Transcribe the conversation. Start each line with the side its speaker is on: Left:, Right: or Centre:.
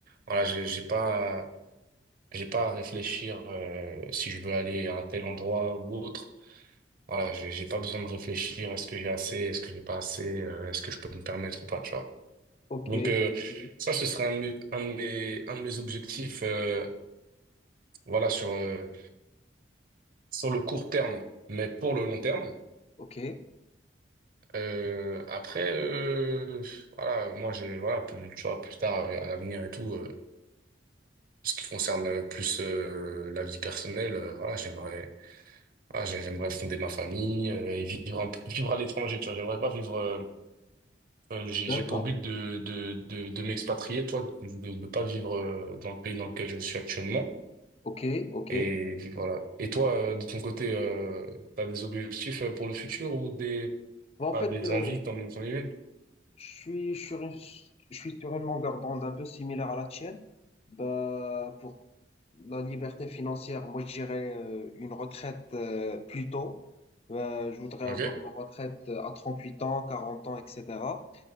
Right: voilà, j'ai j'ai pas, j'ai pas à réfléchir euh, si je veux aller à un tel endroit ou autre. Voilà, j'ai j'ai pas besoin de réfléchir à ce que j'ai assez, est-ce que j'ai pas assez, euh, est-ce que je peux me permettre ou pas, tu vois.
Left: ok,
Right: Donc euh,
Left: ok,
Right: ça, ce serait un, de mes- un de mes, un de mes objectifs, euh, voilà, sur euh, sur le court terme, mais pour le long terme.
Left: ok,
Right: Euh, après, euh, voilà, moi, je, voilà, plus, tu vois, plus tard euh, à l'avenir et tout, euh, ce qui concerne euh, plus euh, la vie personnelle, euh, voilà, j'aimerais, voilà, j'ai- j'aimerais fonder ma famille euh, et vivre un peu- vivre à l'étranger, tu vois. J'aimerais pas vivre euh, Euh, j'ai, j'ai
Left: d'accord,
Right: pour but de, de, de, de m'expatrier, toi, de ne pas vivre euh, dans le pays dans lequel je suis actuellement.
Left: ok, ok.
Right: Et puis voilà. Et toi, euh, de ton côté, euh, tu as des objectifs euh, pour le futur ou des,
Left: Bon, en
Right: ah,
Left: fait,
Right: des
Left: euh,
Right: envies comme on y vient?
Left: Je suis sur une, je suis sur une longueur d'onde un peu similaire à la tienne. Bah, pour la liberté financière, moi, je dirais euh, une retraite euh, plus tôt. Euh, je voudrais
Right: Ok.
Left: avoir ma retraite euh, à 38 ans, 40 ans, etc.